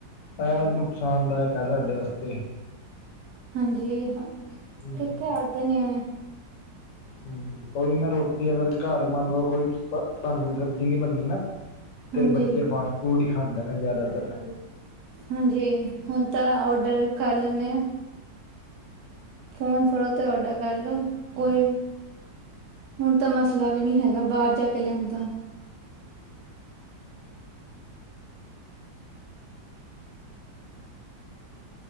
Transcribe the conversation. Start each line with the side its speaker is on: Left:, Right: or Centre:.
Left: ਐ ਨੁਕਸਾਨਦਾਅਕ ਐ ਸਾਡੇ ਆਸਤੇ
Right: ਹਾਂਜੀ,
Left: ਹੂੰ
Right: ਕਿੱਥੇ ਅੜਦੇ ਨੇਆਣੇ
Left: ਹੂੰ, ਓਇ ਨਾ ਰੋਟੀ ਅਗਰ ਘਰ ਮੰਨ ਲੋ ਕੋਈ ਤ ਟੰਗ ਦੀ ਸਬਜ਼ੀ ਨੀ ਬਣਨੀ ਨਾ ਤੇ
Right: ਹਾਂਜੀ
Left: ਬੱਚੇ ਫਾਸਟ ਫੂਡ ਈ ਖਾਂਦੇ ਨੇ ਜਾਦਾਤਰ।
Right: ਹਾਂਜੀ ਹੁਣ ਤਾ ਔਡਰ ਕੱਰ ਲੈਣੇ ਆ। ਫੋਨ ਫੜੋ ਤੇ ਔਡਰ ਕਰ ਲੋ, ਕੋਈ ਹੁਣ ਤਾ ਮਸਲਾ ਵੀ ਨੀ ਹੈਗਾ ਬਾਰ ਜਾ ਕੇ ਲੇਆਣ ਦਾ